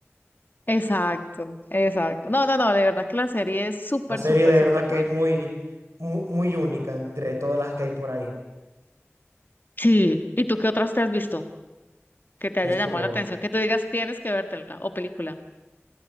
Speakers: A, on the left; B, on the right.
A: Exacto, exacto. No, no, no, de verdad que la serie es súper,
B: La serie
A: súper,
B: de
A: súper
B: verdad que
A: buena.
B: es muy, mu- muy, única entre todas las que hay por ahí.
A: Sí, ¿y tú qué otras te has visto que te
B: Esto,
A: haya llamado la atención? Que tú digas, tienes que vértela o película.